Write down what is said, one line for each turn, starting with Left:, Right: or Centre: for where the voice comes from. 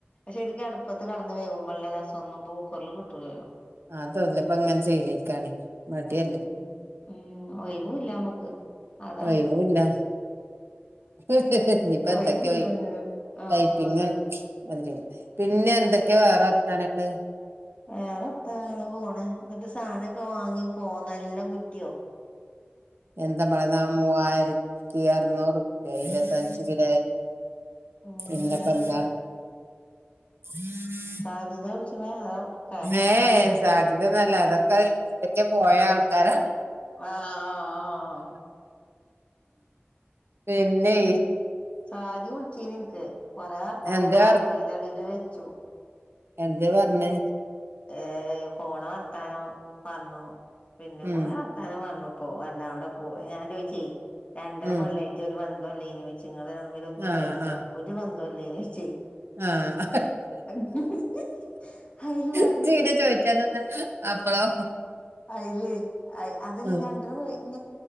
Left: ശരിക്കക്ക് അടുപ്പത്ത് കിടന്ന് വേകുമ്പോള്ള രസം ഒന്നും ഇപ്പൊ കൂക്കറിൽ കിട്ടൂലല്ലോ.
Right: ആ തോന്നപ്പ അങ്ങനെ ചെയ്ലേക്കാണി മടി
Left: ഉം
Right: അല്ലേ?
Left: ഉം ഒഴിവൂല്ല നമ്മക്ക് അതാണ്
Right: ഒയിവുല്ലാ <unintelligible>
Left: ഒഴിവില്ല ഒന്നിനും ആഹ്
Right: ടൈപ്പിങ്ങും
Left: അതാണ്
Right: അതി പിന്നെ എന്തൊക്കെയാ വേറെ വർത്താനങ്ങള്.
Left: വേറെത്ത അങ്ങനെ പോണ് ന്നിട്ട് സാധനൊക്കെ വാങ്ങി പോന്ന എല്ലാം കിട്ടിയോ?
Right: എന്താ പറയതാ മൂവായിരത്തി അറനൂറ് രൂപ ഇരുപത്തഞ്ച് കിലോ അരി.
Left: ഉം
Right: പിന്നപ്പ എന്താ? <inaudible>
Left: സാജി തെ വിളിച്ചണത് അതോ ഇക്കേ
Right: ഏ സാജിതൊന്നല്ല അതൊക്കെ ഇവിടക്കെ പോയ ആൾക്കാരാ.
Left: ആഹ് ആഹ് ആഹ്
Right: പിന്നെ
Left: സാജി വിളിച്ചീനി ഇൻക്ക് കൊറെ വർത്താനൊക്കെ
Right: എന്താ
Left: പറഞ്ഞു അയിന്റടില് വെച്ചു.
Right: എന്തെ പറഞ്ഞത്.
Left: ഏ പോണ വർത്താനോ പറഞ്ഞു പിന്നെ
Right: ഉം
Left: കൊറെ വർത്ത ത്താനം പറഞ്ഞു പ്പോ എന്താ അവിടെ പോ ഞാൻ ചോദിച്ച രണ്ടര
Right: ഉം
Left: കൊല്ലായി. മറ്റ ഒരു ബന്തംല്ലേന് ചോയിച്ചു നിങ്ങൾതമ്മിൽ ഒന്നും ഉണ്ടായിട്ടില്ലെ
Right: ആ ആ
Left: ഒരു ബന്ധംയിലെനിചോയിച്ച്.
Right: ആഹ്
Left: <unintelligible> ആയില്
Right: ഇജ്ജ് പിന്നെ ചോയിച്ചാതക്കോ അപ്പളോ?
Left: അയില് അതല്ല
Right: ഉം
Left: രണ്ടര ഇ